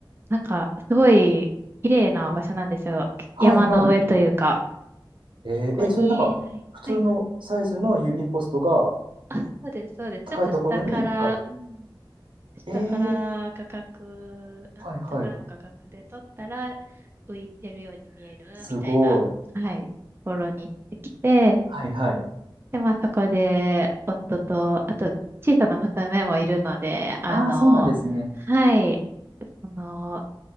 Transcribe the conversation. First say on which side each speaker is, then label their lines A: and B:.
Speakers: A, on the right; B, on the right.
A: なんか、すごい綺麗な場所なんですよ。
B: はいは
A: 山の上というか。
B: い。えーえ、
A: ここに、
B: それなんか、
A: はい、
B: 普通のサイズの郵便ポストが
A: はい。あ、そうです、そうです。
B: 高いところにある。
A: ちょっと下から、うん、下から画角、
B: えー、
A: ん下からの画角で撮ったら
B: はいはい。
A: 浮いてるように見えるみたいな、
B: すごい。
A: はい、ところに行ってきて、
B: はいはい。
A: で、まあそこで、夫と、あと、小さな娘もいるので、あの、
B: ああ、そうなんですね。
A: はい、その、